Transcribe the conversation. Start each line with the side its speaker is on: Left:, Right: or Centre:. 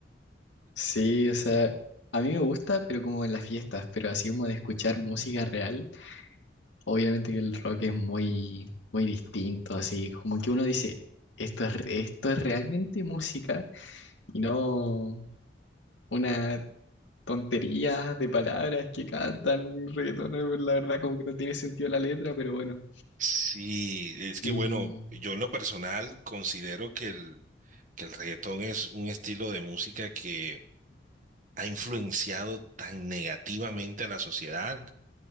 Left: Sí, o sea, a mí me gusta, pero como en las fiestas, pero así como de escuchar música real, obviamente que el rock es muy, muy distinto, así como que uno dice, esto es, re- esto es realmente música y no una tontería de palabras que cantan reggaetoneros, la verdad como que no tiene sentido la letra, pero bueno.
Right: Sí, es que
Left: Y
Right: bueno, yo en lo personal considero que el, que el reggaetón es un estilo de música que ha influenciado tan negativamente a la sociedad